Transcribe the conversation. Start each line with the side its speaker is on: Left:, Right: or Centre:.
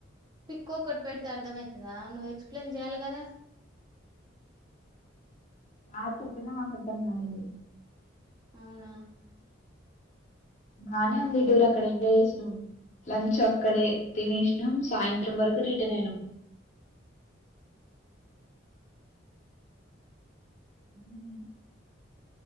Right: పిక్కోక్కట్ పెడితే అర్థం అయితాదా నువ్వు ఎక్స్ప్లెయిన్ చెయ్యాలి కదా
Left: ఆ చెప్పినా మాక్ అర్థంగాలే
Right: అవునా
Left: బానే ఉంది టూర్ అక్కడ ఎంజాయ్ చేసినం లంచ్ ఆక్కడే తినేసినాం సాయంత్రం వరకు రిటర్న్ అయినాం అతనేనా